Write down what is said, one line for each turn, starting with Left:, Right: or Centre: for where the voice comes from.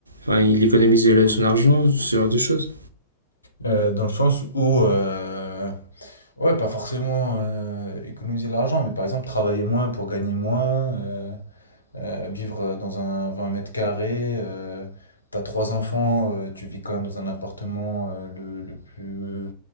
Right: enfin, il économise euh, son argent, ce genre de choses.
Left: Euh, dans le sens où, euh, ouais, pas forcément euh, économiser de l'argent, mais par exemple travailler moins pour gagner moins, euh, euh, vivre dans un 20 mètres carrés, euh, t'as trois enfants, euh, tu vis quand même dans un appartement euh, le, le plus...